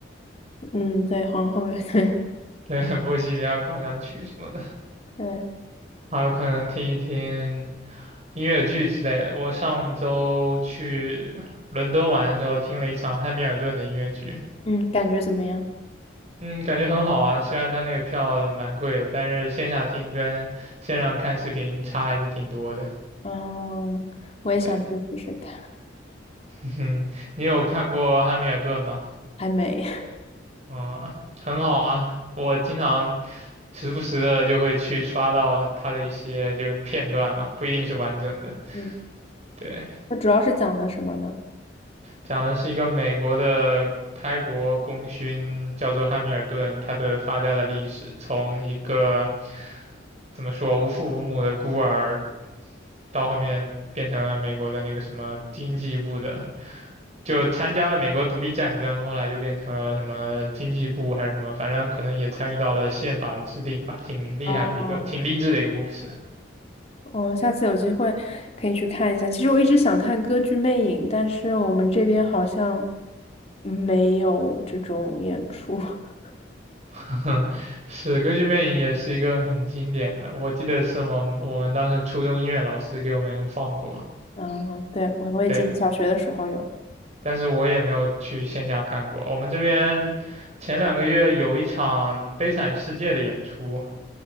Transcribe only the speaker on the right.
<laughs> 对，《波西米亚狂想曲》什么的，
还有可能听一听音乐剧之类的。我上周去伦敦玩的时候，听了一场汉密尔顿的音乐剧，
嗯，感觉很好啊。虽然它那个票蛮贵的，但是线下听跟线上看视频差还是挺多的。
对，<laughs> 嗯，你有看过汉密尔顿吗？
嗯，很好啊。我经常时不时的就会去刷到它的一些就是片段嘛，不一定是完整的。
对，
讲的是一个美国的开国功勋，叫做汉密尔顿，他的发家的历史，从一个怎么说无父无母的孤儿，到后面变成了美国的那个什么经济部的，就参加了美国独立战争，后来就变成了什么经济部还是什么，反正可能也参与到了宪法的制定吧，挺厉害的一个，
挺励志的一个故事。
<laughs> 是《歌剧魅影》也是一个很经典的，我记得是我们我们当时初中音乐老师给我们放过。
对，但是我也没有去线下看过。我们这边前两个月有一场《悲惨世界》的演出，